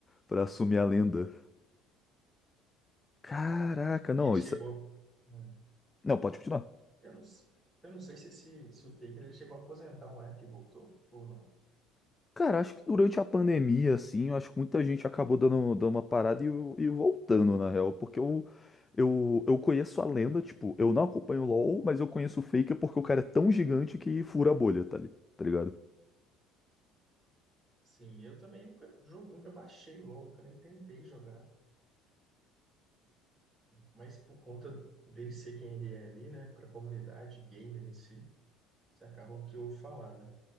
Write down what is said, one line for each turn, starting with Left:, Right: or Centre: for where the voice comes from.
Left: pra assumir a lenda. Caraca, não,
Centre: E ele chegou.
Left: isso. é,
Centre: a-
Left: Não, pode continuar.
Centre: é. Eu não, eu não sei se, se, se o Faker ele chegou a aposentar um app e voltou ou não.
Left: Cara, acho que durante a pandemia, assim, eu acho que muita gente acabou dando, dando uma parada e, e voltando, na real, porque eu, eu, eu conheço a lenda, tipo, eu não acompanho o LoL, mas eu conheço o Faker porque o cara é tão gigante que fura a bolha, tá, li- tá ligado?
Centre: Sim, eu também nunca, jo- nunca baixei o LoL, nunca nem tentei jogar. mas por conta dele ser quem ele é ali, né, para a comunidade gamer em si, você acaba o que eu falar, né?